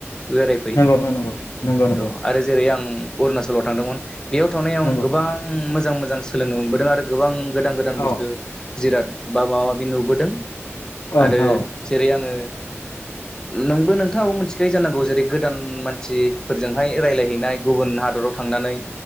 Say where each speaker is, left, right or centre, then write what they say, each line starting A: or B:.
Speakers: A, on the left (about 15°); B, on the left (about 75°).
A: बेरायफै
B: नंगौ नंगौ नोंथां
A: औ आरो जेरै आं अरुणाचलाव थांदोंमोन बेयाव थानाय आं
B: नंगौ औ नंगौ
A: गोबां मोजां मोजां सोलोंनो मोनबोदों आरो गोबां गोदान गोदान
B: औ
A: बुस्थु जिराद बा मा माबि नुबोदों
B: ओं
A: आरो
B: थार ओं
A: जेरै आङो नोंबो नोंथाङाबो मिथिखायो जानांगौ जेरै गोदान मानसिफोरजोंहाय रायलायहैनाय गुबुन हादराव थांनानै